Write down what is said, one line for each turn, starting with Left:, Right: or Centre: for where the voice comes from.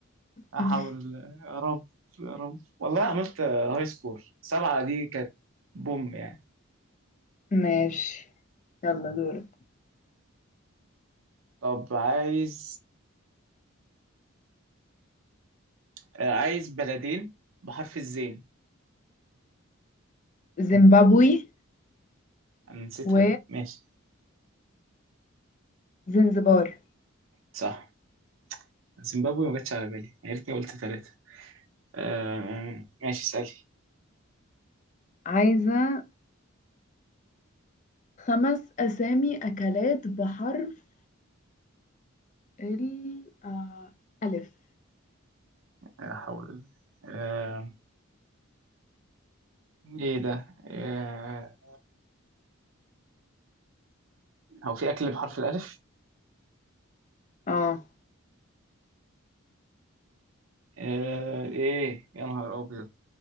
Left: <laughs>
Right: احاول يا رب يا رب والله عملت آه، هاي سكور سبعة دي كانت بوم يعني
Left: ماشي يلا دورك
Right: طب عايز آه، عايز بلدين بحرف الزين
Left: زيمبابوي
Right: انا نسيتها
Left: و
Right: دي ماشي
Left: زنزبار
Right: صح زيمبابوي ما جاتش على بالي يا ريتني قلت ثلاثة آه ماشي اسألي
Left: عايزة خمس أسامي أكلات بحرف ال آه، ألف
Right: لا حول الله. آه ايه ده آه هو في اكل بحرف الالف
Left: اه
Right: آه ايه يا نهار ابيض